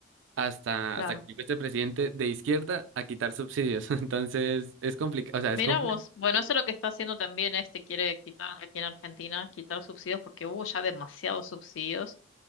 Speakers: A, on the right; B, on the left.
A: Hasta,
B: Claro.
A: hasta que llegó este presidente de izquierda a quitar subsidios. <laughs> Entonces, es complicado, o sea, es
B: Mira
A: complicado.
B: vos. Bueno, eso es lo que está haciendo también este, quiere quitar aquí en Argentina, quitar subsidios porque hubo ya demasiados subsidios